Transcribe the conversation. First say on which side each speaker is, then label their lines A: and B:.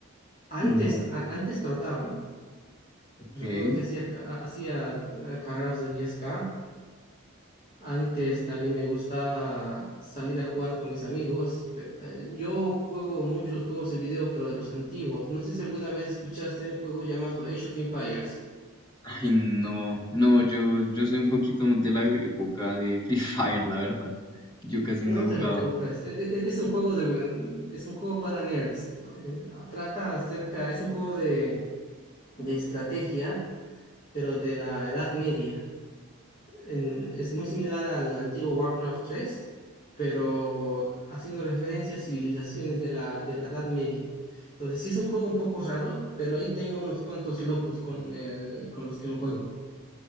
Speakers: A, on the left (about 20°); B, on the left (about 40°).
A: No,
B: Antes, a- antes trotaba.
A: ok.
B: Recuerdo que hacía, ca- a- hacía eh, carreras de diez k Antes también me gustaba salir a jugar con mis amigos. pe- eh, Yo juego muchos juegos de video, pero de los antiguos. No sé si alguna vez escuchaste un juego llamado Age of Empires.
A: Ay, no, no, yo, yo soy un poquito de la época de Free <laughs> Fire, la verdad. Yo casi no
B: No
A: he jugado.
B: te preocupes, e- e- es un juego de, es un juego para nerds. Eh, Trata acerca, es un juego de, de estrategia, pero de la Edad Media. En- es muy similar al antiguo Warcraft tres, pero haciendo referencia a civilizaciones de la, de la Edad Media. Entonces sí es un juego un poco raro, pero ahí tengo unos cuantos locos con, eh, con los que lo juego.